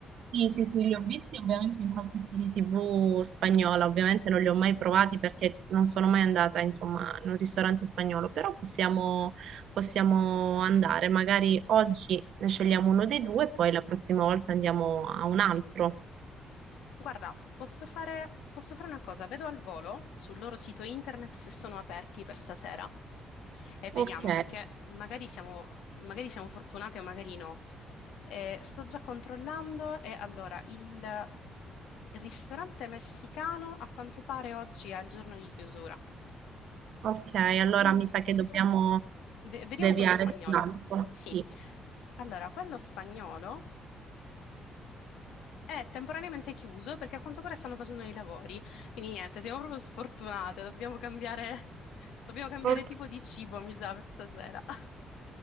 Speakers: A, on the right; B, on the left.
A: Sì, sì, sì, li ho visti ovviamente in qualche serie TV spagnola, ovviamente non li ho mai provati perché non sono mai andata, insomma, in un ristorante spagnolo, però possiamo, possiamo andare, magari oggi ne scegliamo uno dei due e poi la prossima volta andiamo a un altro.
B: Guarda, posso fare, posso fare una cosa, vedo al volo sul loro sito internet se sono aperti per stasera. E vediamo,
A: Ok,
B: perché magari siamo, magari siamo fortunate o magari no. Eh, sto già controllando e allora il ristorante messicano a quanto pare oggi è il giorno di chiusura.
A: ok, allora
B: Invece,
A: mi sa che dobbiamo
B: ve- vediamo
A: deviare
B: quello spagnolo.
A: sull'altro.
B: Sì.
A: Sì.
B: Allora, quello spagnolo è temporaneamente chiuso perché a quanto pare stanno facendo dei lavori. Quindi niente, siamo proprio sfortunate, dobbiamo cambiare, <laughs> dobbiamo cambiare
A: Ok.
B: tipo di cibo, mi sa, per stasera. <laughs>